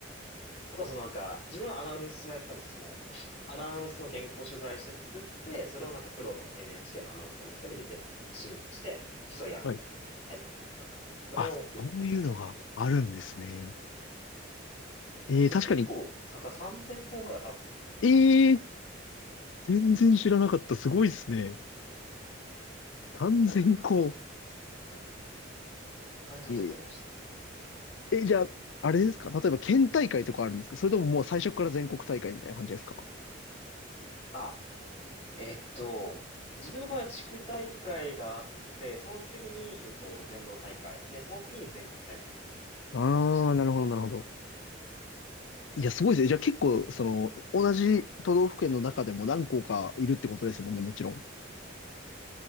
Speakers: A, on the left; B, on the left.
A: あとはそのなんか、自分はアナウンスもやってたんですけども、アナウンスの原稿を取材して作って、それをなんかプロの NHK のアナウンサーの人に見てもらって審査して競い合うみたいな大会とかがあって、
B: はい。
A: それをよくやってました。
B: あ、そういうのがあるんですね。
A: それ結構、
B: えー、確かに。
A: 坂3000校ぐらいは多分、
B: えー、
A: え
B: 全然知らなかった。すごいですね。3000校。
A: 意外と、意外と、意外と出てましたね。
B: えー、え、じゃあ、あれですか例えば県大会とかあるんですかそれとももう最初から全国大会みたいな感じですか
A: あ、えっと、自分の場合は地区大会があって、その次に、えっと、全道大会で、その次に全国大会みたいな感
B: ああー、
A: じでした。
B: なるほど、なるほど。いや、すごいですね。じゃあ結構、その、同じ都道府県の中でも何校かいるってことですもんね、もちろん。